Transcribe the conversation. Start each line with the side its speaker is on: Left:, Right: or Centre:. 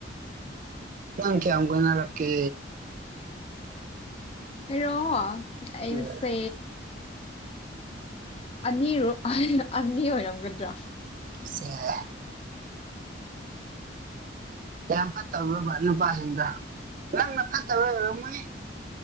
Right: ꯅꯪ ꯀꯌꯥꯝ ꯀꯣꯏꯅꯔꯛꯀꯦ
Left: ꯑꯩꯔꯣ ꯑꯩꯁꯦ
Right: ꯎꯝ
Left: ꯑꯅꯤꯔꯛ ꯑꯅꯤ ꯑꯣꯏꯔꯝꯒꯗ꯭ꯔꯥ
Right: ꯁꯦꯁ
Left: ꯎ <inaudible>
Right: ꯌꯥꯝ ꯐꯠꯇꯕ꯭ꯔꯕꯥ ꯅꯨꯄꯥꯁꯤꯡꯗꯣ ꯅꯪꯅ ꯐꯠꯇꯕ ꯑꯣꯏꯔꯝꯒꯅꯤ